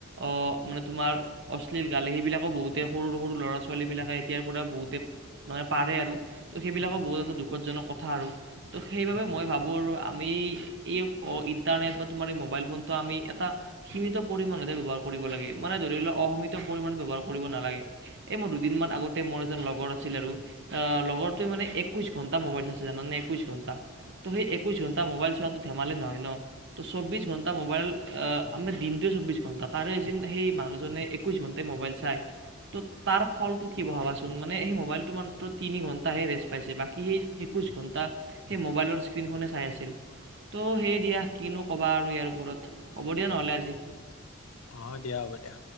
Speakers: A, on the right; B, on the left.
A: অ মানে তোমাৰ <unintelligible> অশ্লীল গালি সেইবিলাকো বহুতে সৰু-সৰু ল'ৰা-ছোৱালীবিলাকে এতিয়াৰ পৰা বহুতে <unintelligible> মানে পাৰে আৰু তো সেইবিলাকো বহুত এটা দুখজনক কথা আৰু <unintelligible> ত' সেইবাবে মই ভাবোঁ আৰু আমি এই ইণ্টাৰনেট বা তোমাৰ এই মোবাইল ফোনটো আমি এটা <unintelligible> সীমিত পৰিমাণতহে ব্যৱহাৰ কৰিব লাগে মানে ধৰি লোৱা অসীমিত পৰিমাণে ব্যৱহাৰ কৰিব নালাগে <unintelligible> <unintelligible> মোৰ দুদিন মান আগতে মোৰ এজন লগৰ আছিল আৰু আহ লগৰটোৱে মানে একৈশ ঘণ্টা মোবাইল চাইছে জানানে <unintelligible> <unintelligible> কৈছোঁ তাক <inaudible> ত' সেই একৈশ ঘণ্টা মোবাইল চোৱাটো ধেমালি নহয় ন, ত' চৌব্বিশ ঘণ্টা মোবাইল আহ আমি দিনটোত চৌবিশ ঘন্টা তাৰে এ যদি সেই মানুহজনে একৈশ ঘন্টাই মোবাইল চাই ত' তাৰ ফলটো কি হ'ব ভাবাচোন মানে সেই মোবাইলটো মাত্ৰ তিনি ঘন্টাহে ৰেষ্ট পাইছে বাকী সেই একৈশ ঘন তা, সেই মোবাইলৰ স্ক্ৰীণখনে চাই আছিল। ত' সেই দিয়া কিনো ক'বা আৰু ইয়াৰ ওপৰত হ'ব দিয়া নহ'লে আজি।
B: অ দিয়া হ'ব দিয়া।